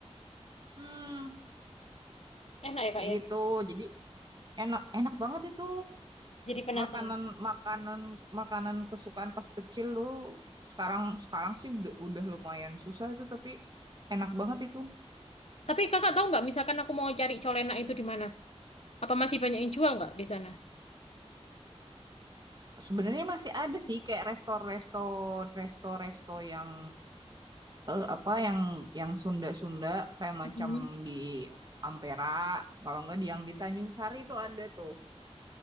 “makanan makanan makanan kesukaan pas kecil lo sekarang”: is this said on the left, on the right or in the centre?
Right